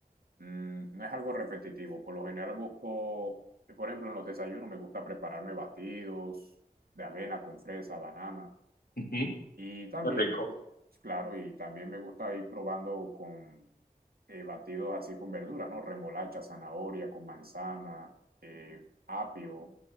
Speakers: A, on the right; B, on the left.
A: Mm, no es algo repetitivo. Por lo general busco, por ejemplo, en los desayunos me gusta prepararme batidos de avena con fresa, banana.
B: Ujú. qué
A: Y también
B: rico.
A: me, gu- claro, y también me gusta ir probando con eh, batidos así con verduras, ¿no? Remolacha, zanahoria, con manzana, eh, apio,